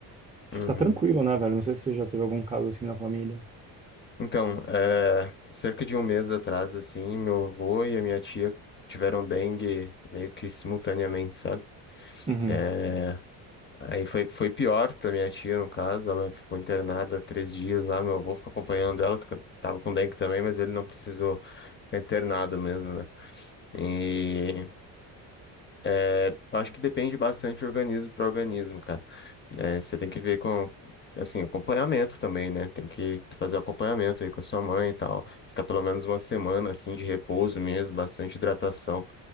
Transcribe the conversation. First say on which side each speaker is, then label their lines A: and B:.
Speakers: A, on the right (about 15°); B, on the left (about 25°).
A: Acho
B: uhum.
A: que tá tranquilo, né, velho? Não sei se você já teve algum caso assim na família.
B: Então, é, cerca de um mês atrás, assim, meu avô e a minha tia tiveram dengue meio que simultaneamente, sabe?
A: Uhum,
B: É, aí foi, foi pior pra minha tia, no caso, ela ficou internada três dias lá, meu avô ficou acompanhando ela, tava com dengue também, mas ele não precisou ficar internado mesmo, né? E É, Acho que depende bastante de organismo para organismo, cara. É, você tem que ver com, assim, acompanhamento também, né? Tem que fazer o acompanhamento aí com a sua mãe e tal. Ficar pelo menos uma semana, assim, de repouso mesmo, bastante hidratação.